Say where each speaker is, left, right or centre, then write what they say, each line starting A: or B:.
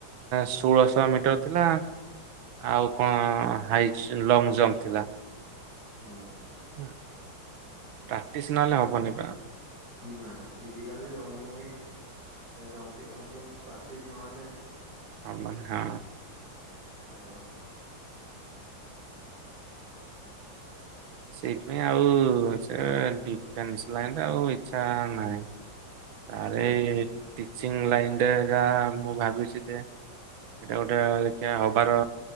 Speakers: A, on the right; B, on the right.
A: ଷୋଳଶହ ମିଟର ଥିଲା ଆଉ କଣ ହାଇ ଲଙ୍ଗ ଜମ୍ପ ଥିଲା।
B: ହୁଁ
A: ହୁଁ। ପ୍ରାକ୍ଟିସ ନହେଲେ ହବନି ପା।
B: ନା ଫିଜିକାଲି ରନିଂ ଜମ୍ପିଙ୍ଗ ଫପିଙ୍ଗ ପ୍ରାକ୍ଟିସ୍ ନହେଲେ
A: ହଁ ପା ହଁ।
B: ଓ ବା
A: ସେଇଥିପାଇଁ ଆଉ ସେ ଡିଫେନ୍ସ ଲାଇନ ଆଉ ଇଛା ନାହିଁ। ଆରେ
B: ନା
A: ଏଇ ଟିଚିଂ ଲାଇନ ରେ ଯା ମୁଁ ଭାବିଛି ଯେ ଏଇଟା ଗୋଟେ ଦେଖା ହବାର